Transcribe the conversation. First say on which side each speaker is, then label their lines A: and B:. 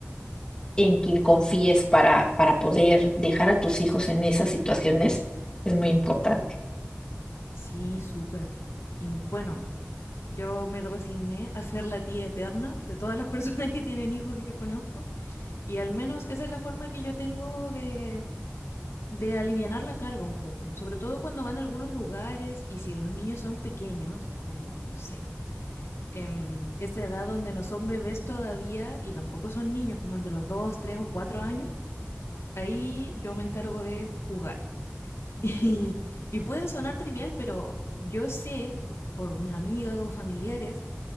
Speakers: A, on the left; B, on the left.
A: en quien confíes para, para poder dejar a tus hijos en esas situaciones es muy importante.
B: Sí, súper. Y bueno, yo me resigné a ser la tía eterna de todas las <laughs> personas que tienen hijos y que conozco. Y al menos esa es la forma que yo tengo de, de alivianar la carga un poco, sobre todo cuando van a algunos lugares y si los niños son pequeños, como no sé, em, esa edad donde no son bebés todavía y tampoco son niños, como entre los 2 3 o 4 años, ahí yo me encargo de jugar. <laughs> Y, y puede sonar trivial, pero yo sé por mis amigas o familiares